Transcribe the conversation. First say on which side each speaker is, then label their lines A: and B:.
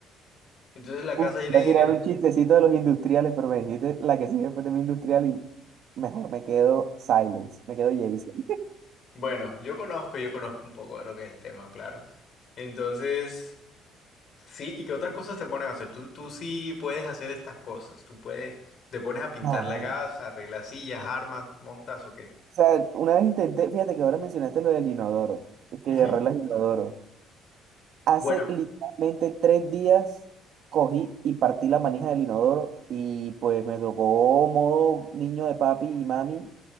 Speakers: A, on the left (about 45°); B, on the right (about 55°).
A: Entonces, la casa
B: Uf,
A: llena
B: Voy
A: de
B: a
A: ingenieros.
B: tirar un chistecito de los industriales, pero me dijiste la que sigue después de mi industrial y mejor me quedo Silence, me quedo Jason.
A: Bueno, yo conozco, yo conozco un poco de lo que es el tema, claro. Entonces, sí, ¿y qué otras cosas te ponen a hacer? Tú, tú sí puedes hacer estas cosas. Tú puedes, te pones a pintar
B: Ah.
A: la casa,
B: O
A: arreglas sillas, armas, montas o qué.
B: sea, una vez intenté, fíjate que ahora mencionaste lo del inodoro, y que
A: Ajá.
B: arreglas inodoro. Hace
A: Bueno,
B: literalmente tres días cogí y partí la manija del inodoro y pues me tocó modo niño de papi y mami,